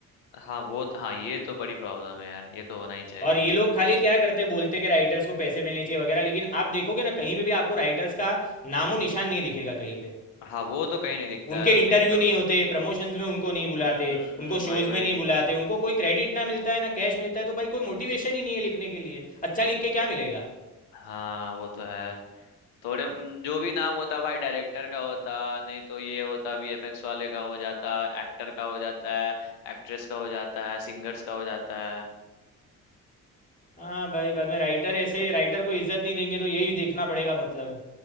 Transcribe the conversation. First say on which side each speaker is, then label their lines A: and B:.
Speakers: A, on the left (about 75°); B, on the left (about 20°).
A: हाँ वो तो हाँ ये तो बड़ी प्रॉब्लम है यार ये तो होना ही चाहिए
B: और ये लोग खाली क्या करते बोलते कि राइटर्स को पैसे मिलने चाहिए वगैरह लेकिन आप देखोगे ना कहीं पे भी आपको राइटर्स का नामो निशान नहीं दिखेगा कहीं पे
A: हाँ वो तो कहीं नहीं दिखता
B: उनके
A: है मेन
B: इंटरव्यू
A: तो
B: नहीं होते प्रमोशंस में उनको नहीं बुलाते
A: हम्म हम्म
B: उनको
A: हम्म
B: शोज
A: वही
B: में
A: वही
B: नहीं बुलाते उनको कोई क्रेडिट ना मिलता है ना कैश मिलता है तो भाई कोई मोटिवेशन ही नहीं है लिखने के लिए अच्छा लिख के क्या मिलेगा
A: हाँ वो तो है थोड़े म, जो भी नाम होता भाई डायरेक्टर का होता नहीं तो ये होता वीएफएक्स वाले का हो जाता एक्टर का हो जाता है एक्ट्रेस का हो जाता है सिंगर्स का हो जाता है
B: हाँ भाई बाद में राइटर ऐसे राइटर को इज्जत नहीं देंगे तो यही देखना पड़ेगा मतलब